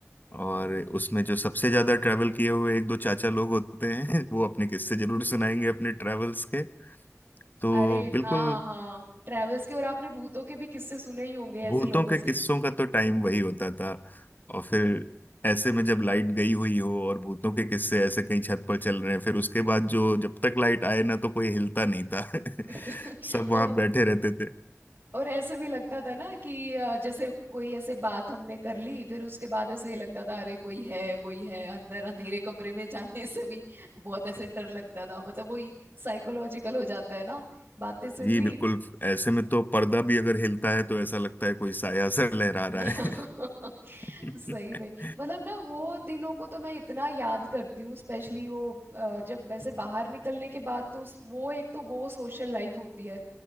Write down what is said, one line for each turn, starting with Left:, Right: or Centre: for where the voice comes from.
Left: और उसमें जो सबसे ज्यादा ट्रैवल किए हुए एक दो चाचा लोग होते हैं <laughs> वो अपने किस्से जरूर सुनाएंगे अपने ट्रैवल्स के तो
Right: अरे
Left: बिल्कुल
Right: हाँ हाँ ट्रेवल्स के और आपने भूतों के भी किस्से सुने ही होंगे ऐसे
Left: भूतों
Right: लोगों
Left: के
Right: से
Left: किस्सों का तो टाइम वही होता था और फिर ऐसे में जब लाइट गई हुई हो और भूतों के किस्से ऐसे कहीं छत पर चल रहे हैं फिर उसके बाद जो जब तक लाइट आए ना तो कोई हिलता नहीं था <laughs>
Right: <laughs>
Left: सब वहां
Right: और
Left: बैठे रहते थे
Right: और ऐसे भी लगता था ना कि अ, जैसे कोई ऐसे बात हमने कर ली फिर उसके बाद ऐसे लगता था अरे कोई है कोई है अंदर अंधेरे कमरे में जाने से भी बहुत ऐसे डर लगता था मतलब वही साइकोलॉजिकल हो जाता है ना बातें सुन
Left: जी
Right: ली
Left: बिल्कुल ऐसे में तो पर्दा भी अगर हिलता है तो ऐसा लगता है कोई साया सा लहरा
Right: <laughs>
Left: रहा है <laughs>
Right: सही में मतलब ना वो दिनों को तो मैं इतना याद करती हूँ स्पेशली वो अ, जब वैसे बाहर निकलने के बाद तो उस- वो एक तो वो सोशल लाइफ होती है